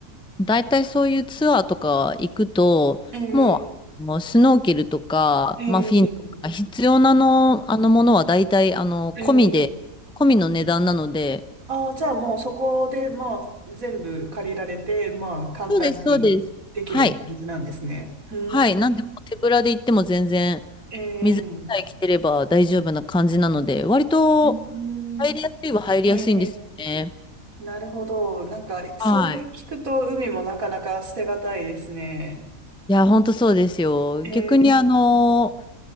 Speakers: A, in the centre; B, on the right.
A: 大体そういうツアーとか行くと、
B: ええ、
A: もう、あのスノーケルとか、
B: ええ、
A: まあ、フィンとか、必要なの、あのものは大体、あの、
B: ええ。
A: 込みで、込みの値段なので、
B: ああ、じゃあもうそこで、まあ、全部借りられて、まあ、簡単にできるって感じなんですね。
A: そうです、そうです。はい。
B: うーん、
A: はい。なんで、もう手ぶらで行っても全然、
B: ええ、
A: 水さえ着てれば大丈夫な感じなので、
B: う
A: 割と、
B: ーん、
A: 入りやすいは入りやすいんですよね。
B: ええ、なるほど。なんか、それ聞くと海もなかなか捨てがたいですね。
A: はい。いや、本当そうですよ。
B: ええ、
A: 逆に、あの、